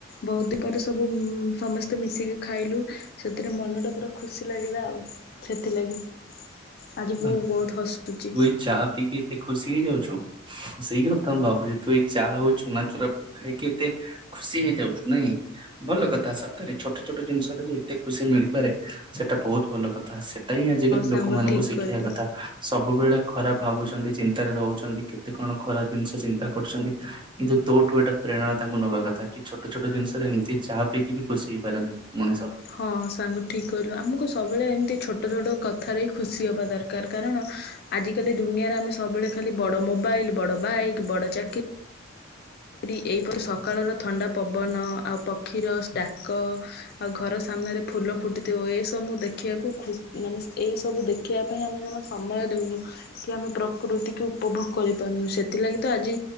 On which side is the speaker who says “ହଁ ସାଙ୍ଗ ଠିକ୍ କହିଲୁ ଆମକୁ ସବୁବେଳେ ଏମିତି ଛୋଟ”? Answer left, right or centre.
Left